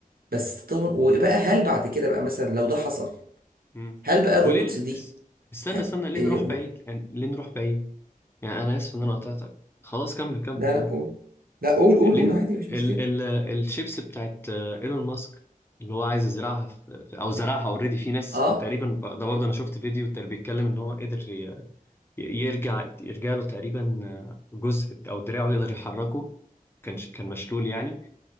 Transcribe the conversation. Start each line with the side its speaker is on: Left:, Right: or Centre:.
Right: بس التطور وبقى هل بعد كده بقى مثلا لو ده حصل
Left: مم.
Right: هل بقى الروبوتس
Left: وليه ال-
Right: دي
Left: اس- استنى
Right: ه-
Left: استنى ليه
Right: ايه
Left: نروح
Right: قول
Left: بعيد يعني ليه نروح بعيد يعني انا اسف ان
Right: مم.
Left: انا قطعتك خلاص كمل كمل
Right: لا
Left: كمل
Right: لا قول لا قول قول
Left: ليه
Right: قول
Left: ن-
Right: عادي مفيش
Left: ال
Right: مشكله
Left: ال الشيبس بتاعت آه، ايلون ماسك اللي هو عايز يزرعها في في- او زرعها اوريدي في ناس
Right: اه
Left: تقريبا ب- ده برضه انا شفت فيديو تقريبا بيتكلم ان هو قدر ي- ي- يرجع يرجع له تقريبا آه، جزء او دراعه يقدر يحركه كان ش- كان مشلول يعني